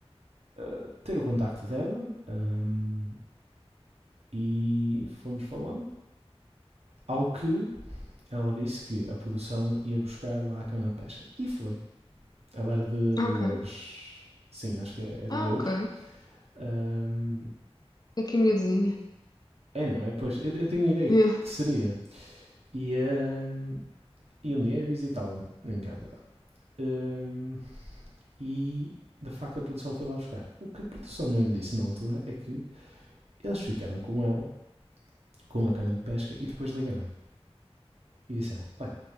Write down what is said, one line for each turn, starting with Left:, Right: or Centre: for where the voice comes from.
Right: ah, ter o contacto dela ahm, e fomos falando. Ao que ela disse que a produção ia buscar lá a cana de pesca. E foi. Ela era de Loures.
Left: Ok.
Right: Sim, acho que é, é de
Left: Ah,
Right: Loures.
Left: ok.
Right: Ahm,
Left: Aqui a minha vizinha.
Right: é, não é? Pois, eu, eu tinha ideia
Left: Yeah.
Right: que, que seria. E, ahm, e um dia ia visitá-la em casa dela. Ahm, e, de facto, a produção foi lá buscar. O que a produção não lhe disse na altura é que eles ficaram com ela, com a cana de pesca, e depois ligaram. E disseram, olha,